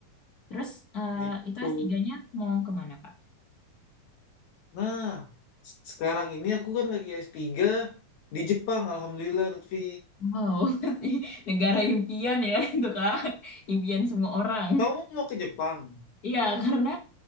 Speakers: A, on the left; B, on the left.
A: Terus eh,
B: gitu.
A: itu S3-nya mau kemana Kak?
B: Nah, sekarang ini aku kan lagi s tiga di Jepang, Alhamdulillah Lutfi.
A: Wow, <laughs> negara impian ya itu Kak. Impian semua orang.
B: Kamu mau ke Jepang?
A: Iya, karena